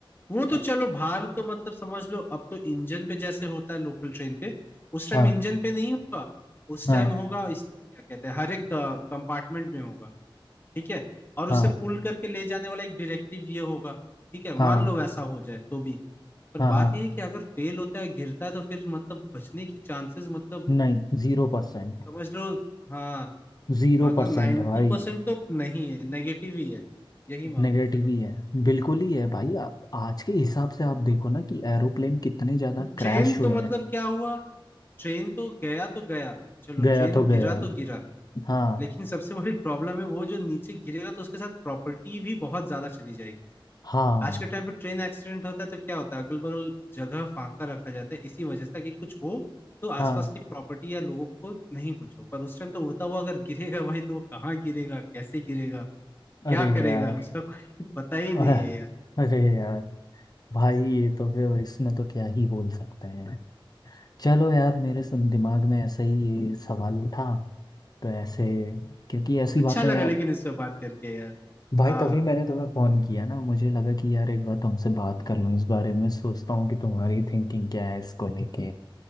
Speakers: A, on the left; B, on the left.
A: वो तो
B: हाँ
A: चलो भार तो मतलब समझ लो अब तो इंजन पे जैसे होता है लोकल ट्रेन पे उस टाइम
B: हाँ
A: इंजन पे नहीं होगा उस
B: हाँ
A: टाइम होगा इस क्या कहते हैं हर एक कंपार्टमेंट में होगा ठीक है और उसे
B: हाँ
A: पुल करके ले जाने वाला एक डायरेक्टिव ये होगा ठीक है
B: हाँ
A: मान लो वैसा हो जाए तो भी पर
B: हाँ
A: बात
B: हाँ
A: ये है कि अगर फेल होता है गिरता है तो फिर मतलब बचने की चांसेस मतलब
B: नहीं जीरो परसेंट
A: समझ लो हाँ
B: जीरो
A: मतलब
B: परसेंट
A: नाइन्टी
B: भाई
A: परसेंट तो नहीं है नेगेटिव ही है यही मान
B: नेगेटिव
A: के चलो
B: ही है बिल्कुल ही है भाई आप आज के हिसाब से आप देखो ना कि एरोप्लेन कितने ज्यादा
A: तो ट्रेन
B: क्रैश हुए
A: तो मतलब
B: हैं
A: क्या हुआ ट्रेन तो गया तो गया चलो
B: गया
A: ट्रेन
B: तो
A: गिरा
B: गया
A: तो गिरा
B: हाँ
A: लेकिन सबसे बड़ी प्रॉब्लम है वो जो नीचे गिरेगा तो उसके साथ प्रॉपर्टी भी बहुत ज्यादा चली जाएगी
B: हाँ
A: आज के टाइम पे ट्रेन एक्सीडेंट होता है तो क्या होता है अगल बगल जगह फांका रखा जाता है इसी वजह से ताकि कुछ हो तो आसपास
B: हाँ
A: की प्रॉपर्टी या लोगों को नहीं कुछ हो पर उस टाइम तो उड़ता हुआ अगर गिरेगा भाई तो वो कहाँ गिरेगा कैसे गिरेगा
B: अरे
A: क्या करेगा
B: यार
A: उसका कोई <laughs> पता ही
B: अह,
A: नहीं है यार
B: अरे यार भाई ये तो फिर इसमें तो क्या ही बोल सकते हैं चलो यार मेरे सम- दिमाग में ऐसा ही ये सवाल उठा तो ऐसे क्योंकि ऐसी
A: अच्छा
B: बातें
A: लगा
B: यार
A: लेकिन इस पे बात करके यार
B: भाई
A: हाँ
B: तभी मैंने तुम्हें फोन किया ना मुझे लगा कि यार एक बार तुमसे बात कर लूँ इस बारे में सोचता हूँ कि तुम्हारी थिंकिंग क्या है इसको लेके